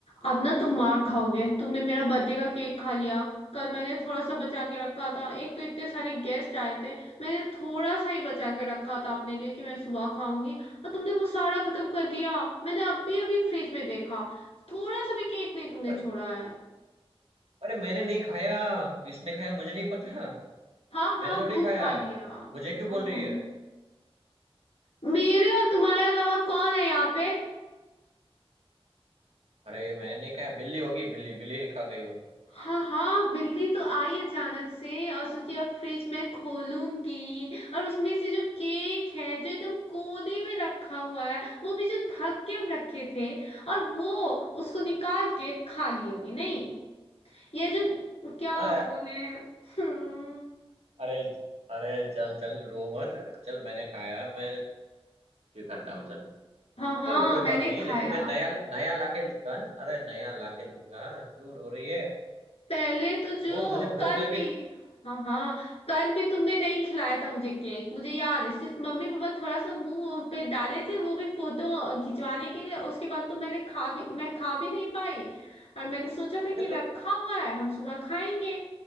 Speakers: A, on the left (about 85°); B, on the right (about 85°).
A: अब ना तुम मार खाओगे तुमने मेरा बर्थडे का केक खा लिया कल मैंने थोड़ा सा बचा के रखा था एक तो इतने सारे गेस्ट आए थे मैंने थोड़ा सा ही बचा के रखा था अपने लिए कि मैं सुबह खाऊंगी और तुमने वो सारा खत्म कर दिया मैंने अभी अभी फ्रिज में देखा थोड़ा सा भी केक नहीं तुमने
B: और
A: छोड़ा है
B: अरे मैंने नहीं खाया किसने खाया मुझे नहीं पता
A: हाँ हाँ
B: मैंने थोड़ी
A: भूत
B: खाया
A: खा लिया
B: है
A: हम्म
B: मुझे क्यों बोल रही
A: हम्म।
B: है
A: मेरे और तुम्हारे अलावा कौन है यहाँ पे
B: अरे मैंने नहीं खाया बिल्ली होगी बिल्ली बिल्ली ने खा गई होगी
A: हाँ हाँ बिल्ली तो आई अचानक से और सोची अब फ्रिज में खोलूंगी और उसमें से जो केक है जो एकदम कोने में रखा हुआ है वो भी जो ढक के हम रखे थे और वो उसको निकाल के खा ली होगी नहीं ये जो क्या
B: हाँ
A: हम बोले हम्म
B: अरे अरे चल चल रो मत चल मैंने खाया मैं स्वीकारता हूँ चल
A: हाँ हाँ
B: ए, कोई
A: मैंने
B: बात नहीं
A: खाया
B: लेकिन मैं नया नया लाके दूंगा अरे नया लाके दूंगा क्यों रो रही है
A: पहले तो जो
B: वो मुझे
A: कल
B: भूख लगी
A: भी हाँ हाँ कल भी तुमने नहीं खिलाया था मुझे केक मुझे याद है सिर्फ मम्मी पापा थोड़ा सा मुंह पे डाले थे वो भी फोटो खिंचवाने के लिए उसके बाद तो मैंने खा भी मैं खा भी नहीं पाई और मैंने सोचा था
B: अरे
A: कि
B: तू
A: रखा हुआ है हम सुबह खाएंगे